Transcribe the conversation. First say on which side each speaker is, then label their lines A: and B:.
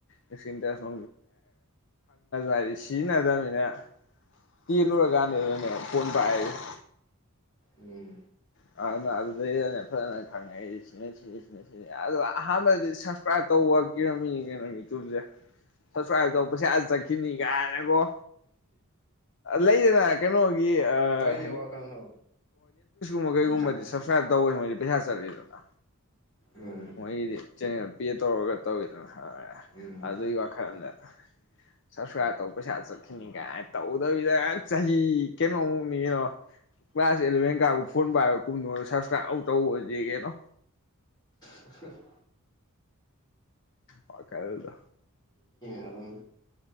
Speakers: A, on the left; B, on the left.
A: ꯁꯀꯤꯜ ꯇꯣꯏꯆ ꯍꯥꯏꯗꯤ ꯁꯤꯖꯤꯟꯅꯗꯅꯤꯅ ꯇꯤꯜ ꯂꯣꯏꯨꯔꯀꯥꯟꯗꯅꯦ ꯐꯣꯟ ꯄꯥꯏꯔꯤꯁꯤ
B: ꯎꯝ
A: ꯑꯗꯨ ꯑꯗꯨꯗꯩꯗꯅꯦ ꯐꯖꯅ ꯈꯪꯉꯛꯏ ꯁꯤ ꯁꯤ ꯁꯤꯅꯤ ꯑꯍꯥꯟꯕꯗꯤ ꯁꯞꯁꯀ꯭ꯔꯥꯏꯞ ꯇꯧꯕꯔ ꯀꯤꯔꯝꯃꯤꯅꯤ ꯀꯩꯅꯣ ꯌꯨꯇꯨꯞ ꯁꯦ ꯁꯥꯞꯒꯂꯥꯞ ꯇꯧꯕ ꯄꯩꯁꯥ ꯆꯪꯈꯤꯅꯤ ꯀꯥꯏ ꯕꯣ ꯂꯩꯗꯅ ꯀꯩꯅꯣꯒꯤ ꯍ
B: ꯍꯣꯏꯅꯦ ꯋꯥꯈꯜꯗꯣ
A: ꯀꯩꯒꯨꯝꯕ
B: ꯈꯪ
A: ꯁꯕꯁꯀ꯭ꯔꯥꯏꯕ ꯇꯧꯕ ꯄꯩꯁꯥ ꯆꯠꯂꯤꯗꯅ
B: ꯎꯝ
A: ꯃꯣꯏꯒꯤꯗꯤ ꯆꯟꯅꯦꯜ ꯄꯦ ꯇꯧꯔꯛꯒ ꯇꯧꯋꯤꯗꯅ
B: ꯎꯝ
A: ꯑꯗꯨꯒꯤ ꯋꯥꯈꯜꯗ ꯁꯕꯁꯀ꯭ꯔꯥꯏꯕ ꯇꯧ ꯄꯩꯁꯥ ꯆꯠꯈꯤꯅꯤ ꯀꯥꯏ ꯇꯧꯗꯕꯤꯗ ꯆꯍꯤ ꯀꯩꯅꯣꯃꯨꯛꯅꯤ ꯀꯩꯅꯣꯃꯨꯛ ꯀ꯭ꯂꯥꯁ ꯑꯦꯂꯚꯦꯟ ꯀꯥꯕ ꯐꯣꯟ ꯄꯥꯏꯔ ꯀꯨꯝꯗ ꯁꯕꯁꯀ꯭ꯔꯥꯏꯕ ꯇꯧꯗꯦ ꯀꯩꯅꯣ
B: ꯁꯁꯤ <inaudible>
A: ꯋꯈꯜꯗꯣ
B: ꯑꯗꯨꯝ